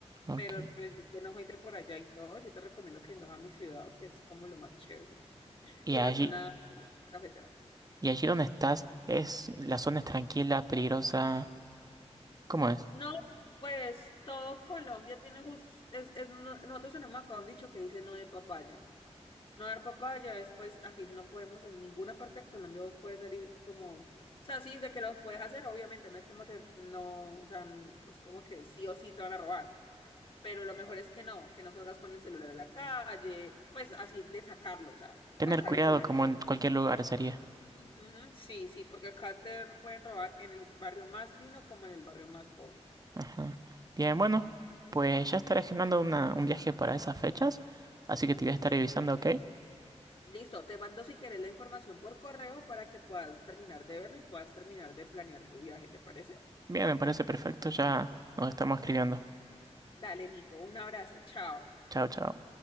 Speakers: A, on the right; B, on the left.
A: Ok.
B: Pero pues yo que no soy de por allá y todo, yo te recomiendo que vengas a mi ciudad, que es como lo más chévere.
A: Y
B: Y
A: allí,
B: a la zona cafetera.
A: Y allí donde estás, es la zona es tranquila, peligrosa. ¿Cómo es?
B: No, pues todo Colombia tiene, jus- es, es- no- nosotros tenemos acá un dicho que dice no de papaya. no dar papaya, después aquí si no podemos, en ninguna parte de Colombia vos puedes salir como, o sea, sí, de que lo puedes hacer, obviamente, no es como que no, o sea, no es como que sí o sí te van a robar, pero lo mejor es que no, que no salgas con el celular a la calle, pues así de sacarlo, o sea, sacar
A: Tener cuidado
B: el celular.
A: como en cualquier lugar sería.
B: Ujú, sí, sí, porque acá te pueden robar en el barrio más fino como en el barrio más pobre.
A: Ajá. Bien, bueno, pues ya estaré generando una, un viaje para esas fechas, así que
B: Ujú.
A: te voy a estar avisando, ¿ok?
B: Listo, te mando si querés la información por correo para que puedas terminar de verla y puedas terminar de planear tu viaje, ¿te parece?
A: Bien, me parece perfecto, ya nos estamos escribiendo.
B: Dale, Nico, un abrazo, chao.
A: Chao, chao.